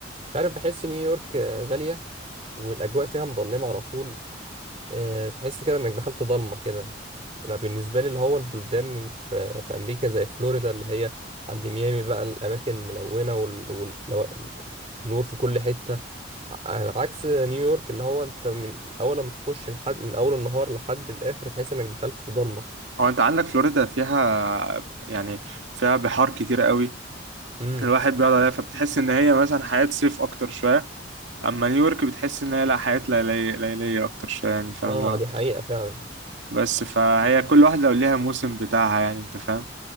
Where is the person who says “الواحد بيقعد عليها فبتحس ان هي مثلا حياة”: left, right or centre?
Right